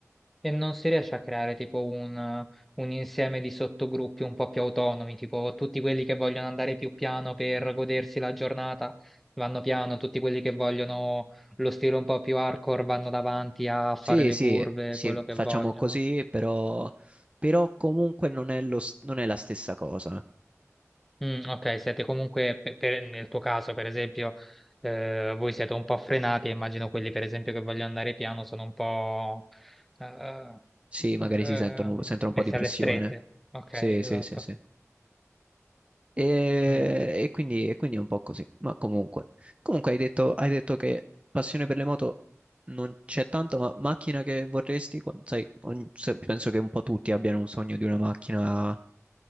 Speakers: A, in the centre; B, on the right (about 25°).
A: E non si riesce a creare tipo un, un insieme di sottogruppi un po' più autonomi, tipo tutti quelli che vogliono andare più piano per godersi la giornata vanno piano, tutti quelli che vogliono lo stile un po' più hardcore vanno davanti a fare
B: Sì,
A: le
B: sì,
A: curve,
B: sì,
A: quello che
B: facciamo
A: vogliono.
B: così, però, però comunque non è lo s- non è la stessa cosa.
A: Mm, ok, siete comunque, pe- per- nel tuo caso per esempio, eh, voi siete un po' frenati, e immagino quelli per esempio che vogliono andare piano sono un po' eh,
B: Sì, magari
A: ehm,
B: si sentono, sentono
A: messi
B: un po' di pressione.
A: alle strette. Ok,
B: Sì,
A: esatto.
B: sì, sì, sì. E,
A: Mm.
B: e quindi, e quindi è un po' così. Ma comunque, comunque hai detto, hai detto che passione per le moto non c'è tanto, ma macchina che vorresti? Quan- Sai, ogni- se- penso che un po' tutti abbiano un sogno di una macchina